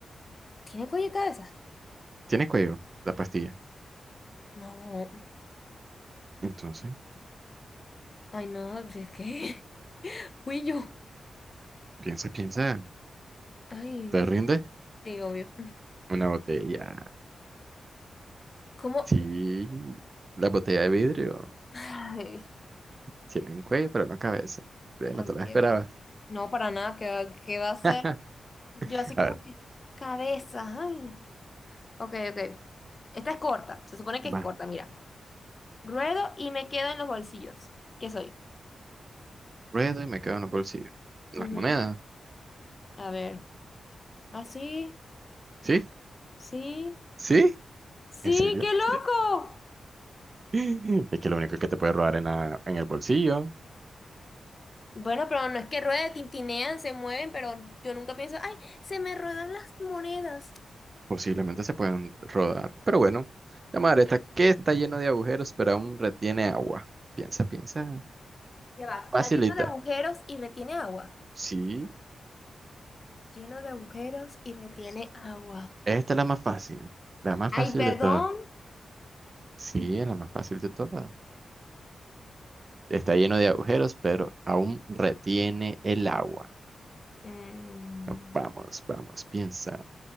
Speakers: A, on the left (about 45°); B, on the right (about 45°).
A: ¿Tiene cuello y cabeza?
B: Tiene cuello, la pastilla.
A: No.
B: Entonces,
A: Ay, no, ¿de qué? <laughs> Cuello.
B: piensa, piensa.
A: Ay,
B: ¿Te rinde?
A: sí, obvio.
B: Una botella.
A: ¿Cómo?
B: Sí, la botella de vidrio.
A: Ay,
B: Tiene un cuello, pero no cabeza. Ve,
A: Ay,
B: No te la
A: qué
B: esperabas.
A: va. No, para nada, ¿qué va, qué va a ser.
B: <laughs>
A: Yo así como
B: A ver,
A: que, cabeza, ay. Ok, ok. Esta es corta, se supone que
B: va.
A: es corta, mira. Ruedo y me quedo en los bolsillos. ¿Qué soy?
B: Ruedo y me quedo en los bolsillos. Las
A: Ujú.
B: monedas.
A: A ver. Ah, sí,
B: ¿Sí?
A: sí,
B: ¿Sí?
A: sí,
B: ¿En serio?
A: qué loco.
B: Sí. <laughs> Es que lo único que te puede robar en, la- en el bolsillo.
A: Bueno, pero no es que rueden, tintinean, se mueven, pero yo nunca pienso, ay, se me ruedan las monedas.
B: Posiblemente se pueden rodar. Pero bueno, la madre está que está lleno de agujeros, pero aún retiene agua. Piensa, piensa.
A: Ya va,
B: Facilita.
A: está lleno de agujeros y retiene agua.
B: Sí.
A: Lleno de agujeros y retiene agua.
B: Esta es la más fácil. La más
A: Ay,
B: fácil
A: perdón.
B: de todas. Sí, es la más fácil de todas. Está lleno de agujeros, pero aún retiene el agua.
A: Mm,
B: No, Vamos, vamos, piensa,